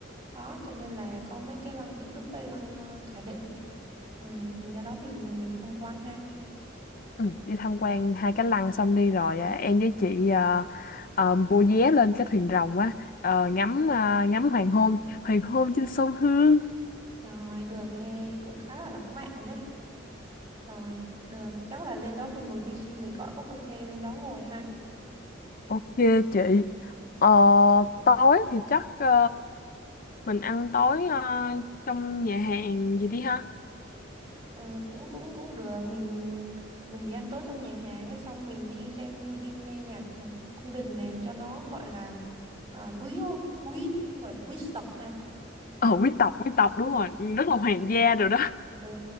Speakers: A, on the right; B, on the left.
A: Đó, cho nên là có mấy cái lăng Tự Đức với lăng ờ, Khải Định. Ừ, mình ra đó mình mình mình đi tham quan ha.
B: Ừ, đi tham quan hai cái lăng xong đi rồi à, em với chị à, à, mua vé lên cái thuyền rồng á ờ, ngắm à, ngắm hoàng hôn hoàng hôn trên sông Hương
A: Rồi, được nghe cũng khá là lãng mạn đấy. Rồi, được, chắc là lên đó mình ngồi chill chill mình gọi cốc cà phê lên đó ngồi ha.
B: ok chị Ờ, tối thì chắc ờ, mình ăn tối ờ, trong nhà hàng gì đi ha
A: Ừ, cũng cũng cũng được, mình mình đi ăn tối trong nhà hàng cái xong mình đi xem đi nghe nhạc ở cung đình này cho nó gọi là à, quý quý gọi là quý tộc ha.
B: ờ quý tộc quý tộc đúng rồi rất là hoàng gia rồi đó
A: ừ.